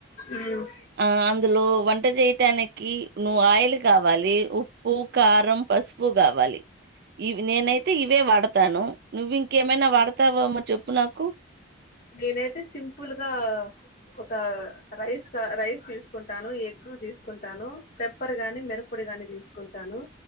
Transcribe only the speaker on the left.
ఉమ్
నేనైతే సింపుల్గా ఒక రైస్ కా రైస్ తీసుకుంటాను ఎగ్ తీసుకుంటాను పెప్పర్ గాని మిరుపొడి గాని తీసుకుంటాను